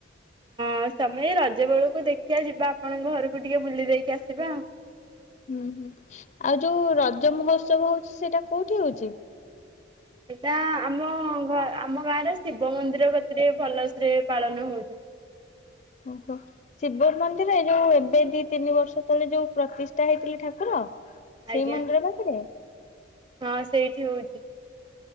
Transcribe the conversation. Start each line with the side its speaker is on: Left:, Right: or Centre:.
Right: ହଁ ସମେ ରଜ ବେଳକୁ ଦେଖିବା ଯିବା ଆପଣଙ୍କ ଘରକୁ ଟିକେ ବୁଲି ଦେଇକି ଆସିବା ଆଉ।
Left: ହୁଁ ହୁଁ ଆଉ ଯୋଉ ରଜ ମହୋତ୍ସବ ହଉଛି ସେଇଟା କୋଉଠି ହୋଉଛି।
Right: ଏଇଟା ଆମ ଘ ଆମ ଗାଁରେ ଶିବ ମନ୍ଦିର କେତିରେ ଭଲସରେ ପାଳନ ହଉଛି।
Left: ଓହ ଶିବ ମନ୍ଦିର ଏ ଯୋଉ ଏବେ ଦି ତିନି ବର୍ଷ ତଳେ ଯୋଉ ପ୍ରତିଷ୍ଠା ହେଇଥିଲେ ଠାକୁର। ସେଇ
Right: ଆଜ୍ଞା
Left: ମନ୍ଦିର ପାଖରେ
Right: ହଁ ସେଇଠି ହଉଛି। <inaudible>